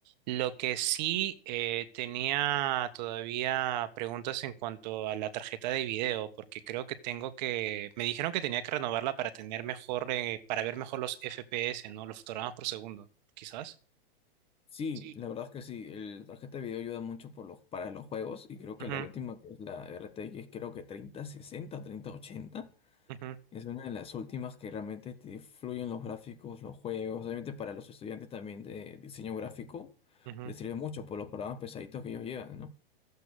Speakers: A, on the right; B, on the left.
A: Lo que sí eh, tenía todavía preguntas en cuanto a la tarjeta de video, porque creo que tengo que, me dijeron que tenía que renovarla para tener mejor, eh, para ver mejor los FPS, ¿no? Los fotogramas por segundo, quizás.
B: Sí,
A: Sí.
B: la verdad es que sí, el- la tarjeta de video ayuda mucho por los, para los juegos y creo que
A: Ujú,
B: la última que es la RTX, creo que treinta, sesenta, treinta, ochenta
A: ujú,
B: es una de las últimas que realmente te fluyen los gráficos, los juegos, obviamente para los estudiantes también de diseño gráfico
A: ujú.
B: les sirve mucho por los programas pesaditos que ellos llevan, ¿no?